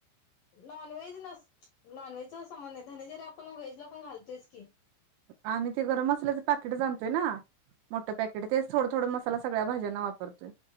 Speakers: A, on the left; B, on the right.
A: नॉन व्हेज न नॉनव्हेज च पण, नाही धनजरी आपण व्हेज ला पण घालतोयच की
B: आणि ते गरम मसाल्याचं पाकेट आणतोय ना, मोठं पॅकेट तेच थोडं- थोडं मसाला सगळ्या भाज्यांना वापरतोय